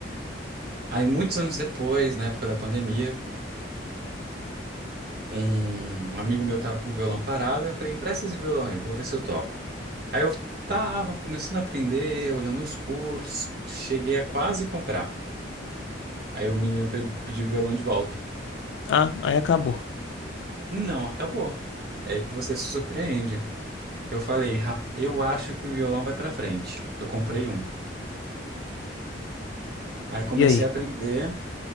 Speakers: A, on the right; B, on the left.
A: Aí, muitos anos depois, na época da pandemia, um amigo meu tava com o violão parado. Eu falei, empresta esse violão aí, vou ver se eu toco. Aí eu tava começando a aprender, olhando uns cursos, cheguei a quase comprar. Aí o menino pe- pediu o violão de volta.
B: Ah, aí acabou.
A: Não, acabou. É aí que você se surpreende. Eu falei, "Rap- eu acho que o violão vai pra frente. Eu comprei um. Aí comecei
B: E aí?
A: a aprender,